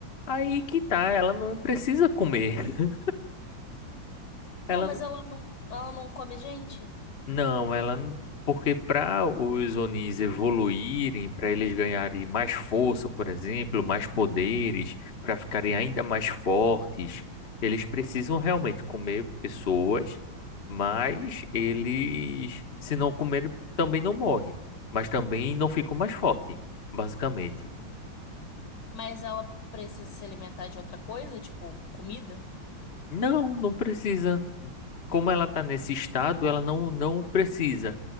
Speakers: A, on the left; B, on the left.
A: aí que tá, ela não precisa comer. <laughs> Ela
B: Não, mas ela não, ela não come gente?
A: Não, ela. n- Porque para os Onis evoluírem, para eles ganharem mais força, por exemplo, mais poderes, para ficarem ainda mais fortes, eles precisam realmente comer pessoas, mas eles, se não comerem, também não morrem, mas também não ficam mais fortes, basicamente.
B: Mas ela precisa se alimentar de outra coisa, tipo comida?
A: Não, não precisa. Como ela está nesse estado, ela não, não precisa.